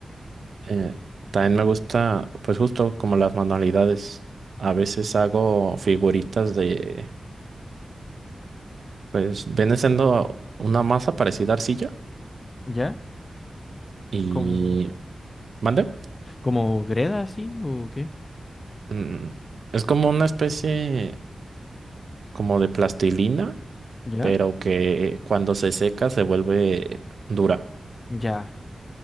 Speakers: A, on the right (about 70°); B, on the left (about 35°).
A: eh, también me gusta, pues justo como las manualidades, a veces hago figuritas de, pues, viene siendo una masa parecida a arcilla
B: ¿Ya?
A: y...
B: ¿Como,
A: ¿Mande?
B: como Greda así o qué?
A: Mm, es como una especie como de plastilina,
B: ¿Ya?
A: pero que cuando se seca se vuelve dura.
B: Ya,